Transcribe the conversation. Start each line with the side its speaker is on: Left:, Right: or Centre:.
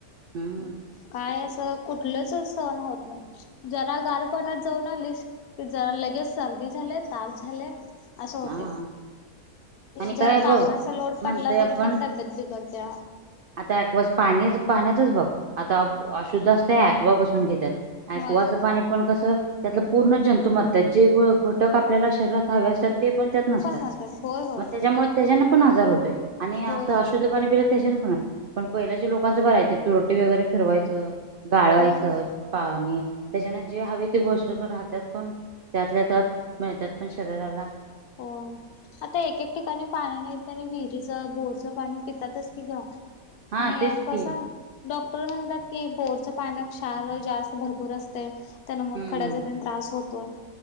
Right: हम्म
Left: काय असं कुठ स होत नाही ज गार पा जाऊन आली क ज लगेच सर् झा त झाले असं होते
Right: हा आणि
Left: जर
Right: काय
Left: कामाचा
Right: बघ
Left: लोड
Right: म्हणतय
Left: पडला
Right: आपण
Left: तरी पण तब्येत बिघडते त्या
Right: आता वास पाणी पाण्याचच बघ आता अशुद्ध असते वा बसून घेतात ऐकुवाचं
Left: होय
Right: पाणी पण कसं त्यातला पूर्ण जंतू मरतात जे घटक आपल्याला शरीरात हवे असतात ते पण त्यात नसतात
Left: म्हणतात होय होय
Right: मग त्याच्यामुळे त्याच्याना पण आजार होतोय आणि असं
Left: होय
Right: अशु दुकाने पिलं त्याच्याना पण पण पहिल्याच्या लोकांचं भरायच तुोटी वगैरे फिरवायचं गाळवायचं
Left: हम्म
Right: पाणी त्याच्यान जे हवे ते गोष्ट राहतात पण त्यातल्या त्यात मिळतात पण शरीराला
Left: हो आता एकक ठिकाणी पाणी नाही त्या आणि विहिरीचं बोरचं पाणी पितातच की ग
Right: हा
Left: आणि
Right: तेच
Left: कस
Right: की
Left: डॉ म्हणतात की बोरच पाण्या कार जास्त भरपूर असते त्याना मग
Right: हम्म
Left: खड्याचा त्रास होत